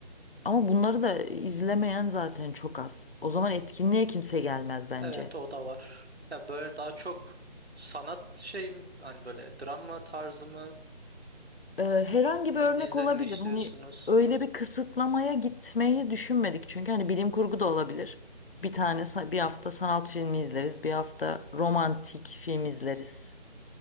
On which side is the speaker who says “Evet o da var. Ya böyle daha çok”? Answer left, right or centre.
Right